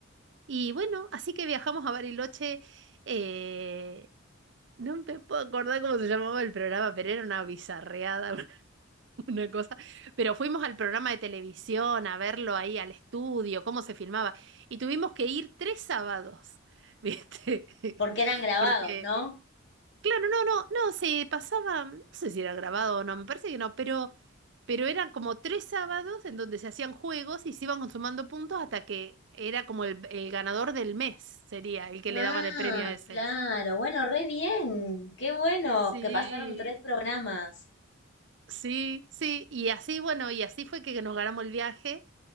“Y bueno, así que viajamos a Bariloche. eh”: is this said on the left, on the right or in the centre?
Right